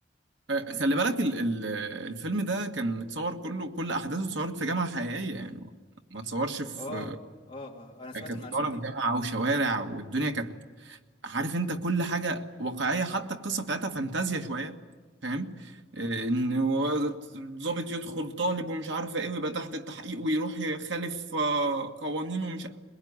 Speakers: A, on the right; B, on the left.
A: آه، خلي بالك ال- ال- الفيلم ده كان متصور كله كل احداثه اتصورت في جامعه حقيقيه يعني ما اتصورش في
B: اه اه اه انا سمعت
A: كانت
B: المعلومه
A: صورة
B: دي
A: في جامعه وشوارع والدنيا كانت عارف انت كل حاجه واقعيه حتى القصه بتاعتها فانتازيا شويه فاهم آه، ان هو ضابط يدخل طالب ومش عارف ايه ويبقى تحت التحقيق ويروح يخالف آه، قوانين ومش ع-